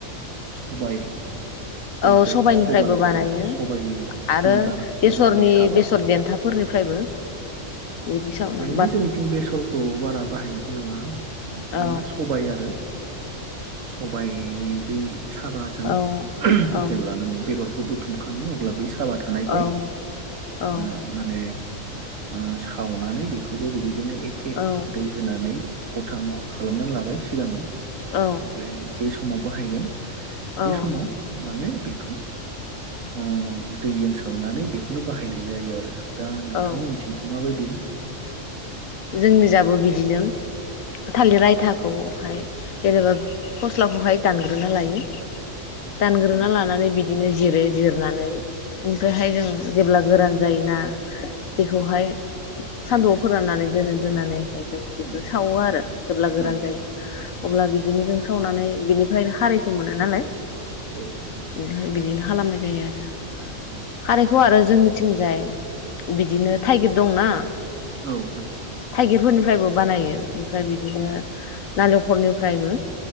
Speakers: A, on the right; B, on the left.
A: सबाय जों
B: औ
A: जायखौ
B: सबायाइनिफ्रायबो
A: सबाय
B: बानायो
A: औ सबायनि
B: आरो
A: गुन्द्रा सबायनि
B: बेसरनि
A: साबा
B: बेसर देन्थाफोरनिफ्रायबो बिदि सावना
A: लि जोंनिथिं बेसरखौ बारा बाहायनायखौ नुवा मेना
B: औ
A: सबाय आरो सबायनि बै साबाजों
B: औ औ
A: जेब्ला नों बेगरखौ बुथुमखाङो अब्ला बै साबा थानायखौ
B: औ औ
A: ओ माने ओ सावनानै बे खौबो बेबाय दिनो एखे
B: औ
A: दै होनानै ग'था महर खालामनानै लाबाय सिगाङाव
B: औ
A: ओमफ्राय जे स माव बाहायगोन
B: औ
A: बे समाव माने बेखौ ओं दैजों सोमनानै बेखौनो बाहायनाय जायो आरो दा नोंथांमोननिथिंसो
B: औ
A: मा बायदि?
B: जोंनि जाबो बिदिनो थालिर आयथाखौहाय जेनेबा फस्लाखौहाय दानग्रोना लायो। दानग्रोना
A: उम,
B: लानानै बि दिनो जिरो जिरनानै ओमफ्रायहाय जों जेब्ला गोरान जायोना बेखौहाय सानदौआव फो फोराननानै दोनो दोननानैहाय जों बेखो
A: औ
B: सावोआरो जेब्ला गोरान
A: उम
B: जायो।
A: उम,
B: अब्ला बिदिनोजों सावनानै बिनिफ्रायनो खारैखो मोनोनालाय।
A: औ नंगौ
B: <unintelligible> खालामनाय जायो आरो।
A: उम,
B: खारैखौ आरो जों थिंजाय बिदिनो थाइगिरदंना
A: औ नंगौ
B: थाइगिरफोरनिफ्रायबो बानायो ओमफ्राय बिदिनो। नालेखर निफ्रायबो